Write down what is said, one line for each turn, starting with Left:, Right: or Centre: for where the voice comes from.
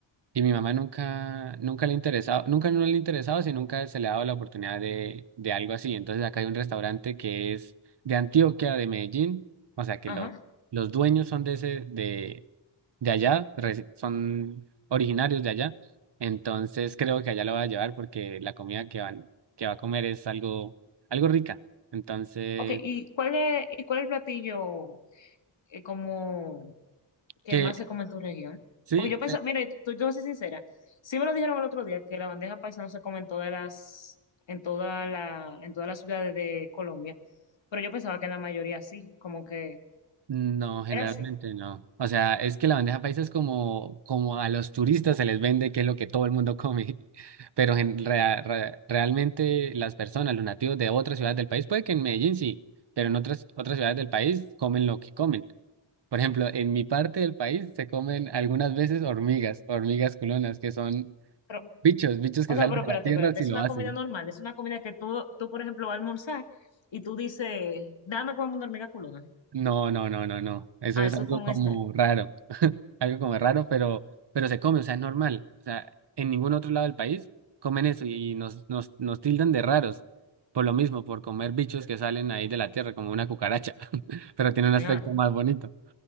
Right: Y mi mamá nunca, nunca le interesaba, nunca no le interesaba, si nunca se le ha dado la oportunidad de, de algo así. Entonces acá hay un restaurante que es de Antioquia, de Medellín, o sea que
Left: Ajá.
Right: los, los dueños son de ese, de, de allá, resi- son originarios de allá. Entonces creo que allá lo va a llevar porque la comida que van, que va a comer es algo, algo rica. Entonces,
Left: Ok, ¿y cuál es, y cuál es el platillo eh, como que
Right: que
Left: más se come en tu región?
Right: sí.
Left: Porque yo pensaba, mira, tú- tú- yo voy a ser sincera, sí me lo dijeron el otro día que la bandeja paisa no se come en todas las, en toda la, en todas las ciudades de Colombia, pero yo pensaba que en la mayoría sí, como que
Right: No, generalmente
Left: era así.
Right: no. O sea, es que la bandeja paisa es como, como a los turistas se les vende, que es lo que todo el mundo come. <laughs> Pero en rea- re- realmente las personas, los nativos de otras ciudades del país, puede que en Medellín sí, pero en otras, otras ciudades del país comen lo que comen. Por ejemplo, en mi parte del país se comen algunas veces hormigas, hormigas culonas, que son
Left: Pero,
Right: bichos, bichos que
Left: o sea,
Right: salen
Left: pero
Right: de
Left: espérate,
Right: la tierra
Left: espérate,
Right: si
Left: es
Right: lo
Left: una
Right: hacen.
Left: comida normal, es una comida que tú, tú por ejemplo, vas a almorzar y tú dices, dame como una hormiga culona.
Right: No, no, no, no, no. Eso
Left: Ah,
Right: es
Left: eso
Right: algo
Left: es como
Right: como
Left: un snack.
Right: raro. algo como raro, pero, pero se come, o sea, es normal. O sea, en ningún otro lado del país comen eso y nos, nos, nos tildan de raros. Por lo mismo, por comer bichos que salen ahí de la tierra, como una cucaracha, <laughs> pero tiene un aspecto
Left: Claro.
Right: más bonito.